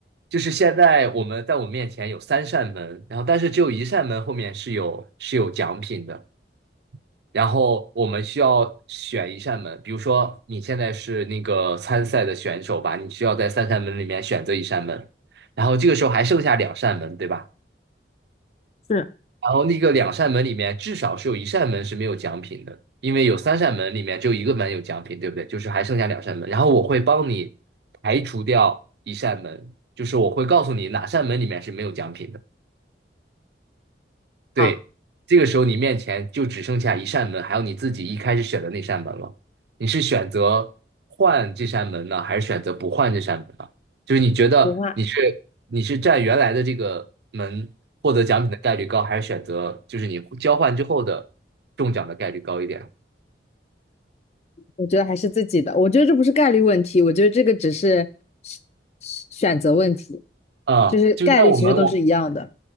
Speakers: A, on the right; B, on the left.
A: 就是现在我们在我们面前有三扇门，然后但是只有一扇门后面是有是有奖品的。然后我们需要选一扇门，比如说你现在是那个参赛的选手吧，你需要在三扇门里面选择一扇门，然后这个时候还剩下两扇门，对吧？
B: 是，
A: 然后那个两扇门里面至少是有一扇门是没有奖品的，因为有三扇门里面只有一个门有奖品，对不对？就是还剩下两扇门，然后我会帮你排除掉一扇门，就是我会告诉你哪扇门里面是没有奖品的。对，
B: 好，
A: 这个时候你面前就只剩下一扇门，还有你自己一开始选的那扇门了。你是选择换这扇门呢，还是选择不换这扇门呢？就是你觉得你是你是占原来的这个门获得奖品的概率高，
B: 不换。
A: 还是选择就是你交换之后的中奖的概率高一点？
B: 我觉得还是自己的。我觉得这不是概率问题，我觉得这个只是是是选择问题，
A: 啊、
B: 就是概率其实都是一样的。
A: 就那我们我